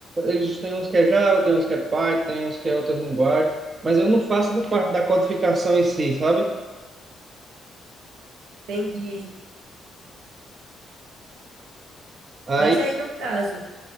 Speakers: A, on the right; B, on the right.
A: eles têm uns que é Java, tem uns que é Python, tem uns que é outra linguagem, mas eu não faço essa parte da codificação em si, sabe?
B: Entendi.
A: Aí,
B: Mas aí, no caso,